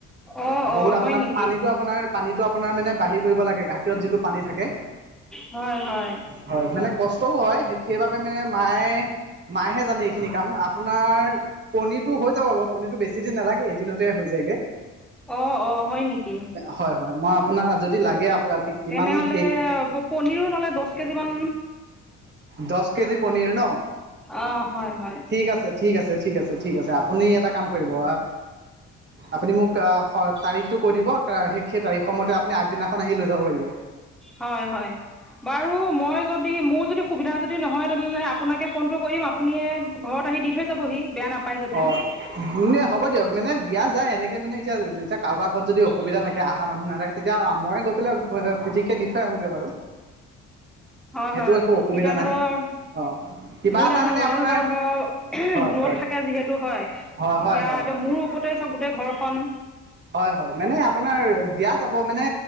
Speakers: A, in the centre; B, on the right (about 35°).
A: অ
B: বহুত
A: অ হয়
B: আপোনাৰ
A: নেকি
B: পানীটো আপোনাৰ পানীটো আপোনাৰ মানে বাঢ়ি কৰিব লাগে গাখীৰত যিটো পানী থাকে।
A: হয় হয়
B: হয় মানে কষ্টও হয়। সেইবাবে মানে মায়ে মায়েহে জানে এইখিনি কাম আপোনাৰ পনীৰটো হৈ যাব বাৰু পনীৰতটো বেছি দিন নালাগে এদিনতে হৈ যায়গে।
A: অ অ হয় নেকি
B: হয়-হয় মই আপোনাৰ যদি লাগে আ' কিমান
A: তেনেহ'লে
B: কেক
A: পনীৰো ন'লে দচ কেজিমান।
B: দচ কেজি পনীৰ ন
A: অ হয় হয়
B: ঠিক আছে। ঠিক আছে, ঠিক আছে, ঠিক আছে, আপুনি এটা কাম কৰিব আপুনি মোক তাৰিখটো কৈ দিব সেই তাৰিখ মতে আপুনি আগদিনাখন আহি লৈ যাব পাৰিব।
A: হয়-হয় বাৰু মই যদি মোৰ যদি সুবিধা যদি নহয় তেনেহ'লে আপোনাকে ফোনটো কৰিম আপুনে ঘৰত আহি দি থৈ যাবহি বেয়া নাপায়। যদি
B: অ', হ'ব দিয়ক মানে দিয়া যায় এনেকে মানে এতিয়া এতিয়া কাৰোবাৰ ঘৰত যদি অসুবিধা থাকে আহ অহা মানুহ নাাকে তেতিয়া ময়ে গৈ পেলাই পিতিককে দি থৈ আহীম বাৰু।
A: হয়-হয়
B: সেইটো একো অসুবিধা
A: এতিয়া ধৰক
B: নাই অ কিবা
A: মোৰ
B: এটা
A: এতিয়া ধৰক
B: মানে
A: লৰা
B: আপোনাৰ
A: ধ ধৰক
B: হয়
A: দূৰত
B: হয়
A: থাকে যিহেতু হয় তেতিয়া
B: হয় হয় হয়
A: এতিয়া
B: হয়
A: মোৰ ওপৰতে, চব গোটেই ঘৰখন,
B: হয়, হয় মানে আপোনাৰ দিয়া যাব মানে